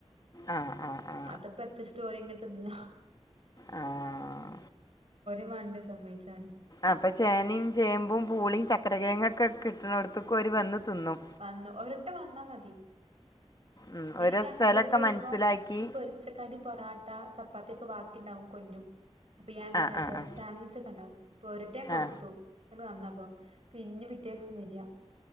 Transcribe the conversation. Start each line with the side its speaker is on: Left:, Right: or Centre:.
Left: ആ ആ ആ
Right: അതപ്പോ എത് സ്റ്റോറിങ്ങ തിന്ന
Left: ആഹ
Right: വേണ്ടേ സമ്മയ്ച്ചാന്
Left: അപ്പൊ ചേനയും ചേമ്പും പൂളിയും ചക്കരക്കിഴങ്ങ് കിട്ടണട്ത്ക്ക് ഒര് വന്ന് തിന്നും
Right: വന്നു ഒരട്ട വന്നാ മതി
Left: ഉം.
Right: പിന്നെ
Left: ഓരോ
Right: എന്റെ ഹസ്ബൻഡ്
Left: സ്ഥലമൊക്കെ
Right: വരുമ്പോ
Left: മനസ്സിലാക്കി
Right: ഈ പൊരിച്ചകടി പൊറോട്ട ചപ്പാത്തി ഒക്കെ വാക്കിണ്ടാവും കൊണ്ടും അപ്പൊ ഞാൻ എന്താ
Left: ആ
Right: കാട്ട
Left: ആ ആ
Right: സാൻഡ്വിച്ച് ഒക്കെ ഉണ്ടാവും അപ്പൊ ഒരു ടൈം കൊടുത്തു
Left: ആ
Right: <unintelligible> വന്നപ്പോ പിന്നെ പിറ്റേദിവസം വരാ